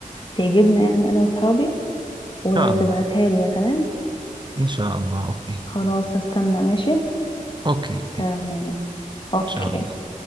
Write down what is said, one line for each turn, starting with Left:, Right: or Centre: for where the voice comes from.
Left: تعجبنا يعني انا واصحابي وتبعتها
Right: إن شاء الله
Left: لي بقى تمام
Right: إن شاء الله أوكي
Left: خلاص هستنى ماشي
Right: أوكي
Left: تمام اوكي
Right: إن شاء الله